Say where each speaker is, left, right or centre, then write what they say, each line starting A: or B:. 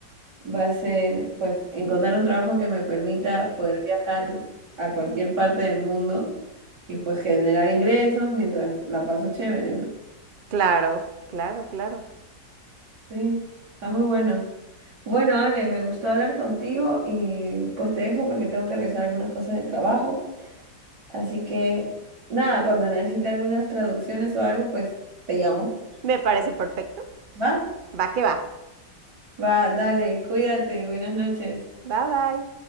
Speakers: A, on the right (about 70°); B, on the right (about 50°).
A: va a ser pues encontrar un trabajo que me permita poder viajar a cualquier parte del mundo y pues generar ingresos mientras la paso chévere, ¿no?
B: Claro, claro, claro.
A: Sí, está muy bueno. Bueno, Ale, me gustó hablar contigo y pues te dejo porque tengo que revisar algunas cosas del trabajo. Así que nada, cuando necesite algunas traducciones o algo, pues te llamo.
B: Me parece perfecto.
A: ¿Va?
B: Va que va.
A: Va, dale, cuídate, buenas noches.
B: Bye bye.